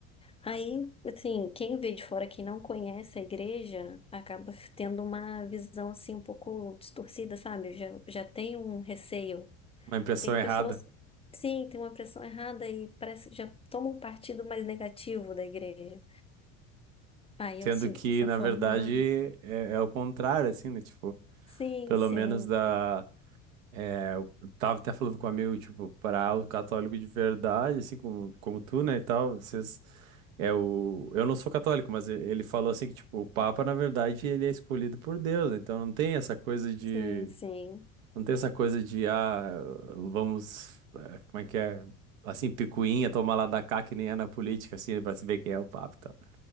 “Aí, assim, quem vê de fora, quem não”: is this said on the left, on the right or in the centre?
Left